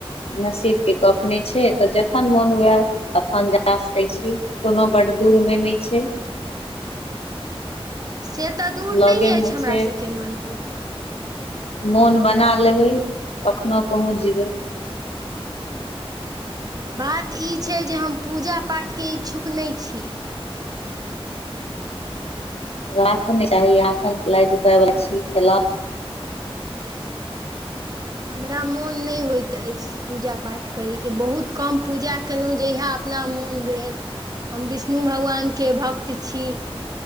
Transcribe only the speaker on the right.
से त दूर
नै ऐछ
हमरा
सभके मन्दिर।
बात ई छै जे हम पूजा पाठके इच्छुक नई छी।
हमरा मोन नई होइत अइछ। पूजा पाठ करयके बहुत कम पूजा कैलउ जहिया अपना मोन भेल। हम विष्णु भगवानके भक्त छी